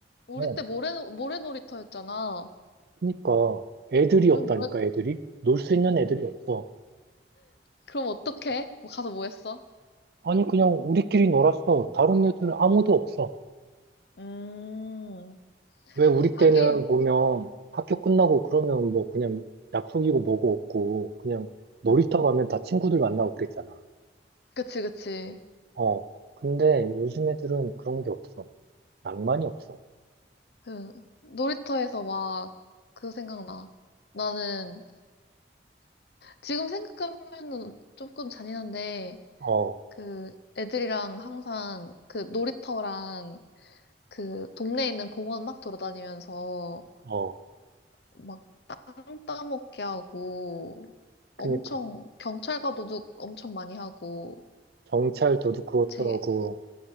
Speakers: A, on the left (about 65°); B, on the right (about 60°).
A: 우리
B: 어.
A: 때 모래, 모래 놀이터였잖아.
B: 그니까 애들이
A: 요즘
B: 없다니까
A: 모래,
B: 애들이? 놀 수 있는 애들이 없어.
A: 그럼 어떡해? 뭐 가서 뭐 했어?
B: 아니 그냥 우리끼리 놀았어. 다른 애들은 아무도 없어.
A: 음,
B: 왜 우리
A: 하긴,
B: 때는 보면 학교 끝나고 그러면 뭐 그냥 약속이고 뭐고 없고 그냥 놀이터
A: 응.
B: 가면 다 친구들 만나고 그랬잖아.
A: 그치, 그치.
B: 어, 근데 요즘 애들은 그런 게 없어. 낭만이 없어.
A: 그 놀이터에서 막 그거 생각나. 나는 지금 생각하면은 조금 잔인한데
B: 어,
A: 그 애들이랑 항상 그 놀이터랑 그 동네에 있는 공원 막 돌아다니면서
B: 어,
A: 막 땅 따먹게 하고
B: 그니까.
A: 엄청 경찰과도둑 엄청 많이 하고
B: 경찰 도둑 그것더라고.
A: 제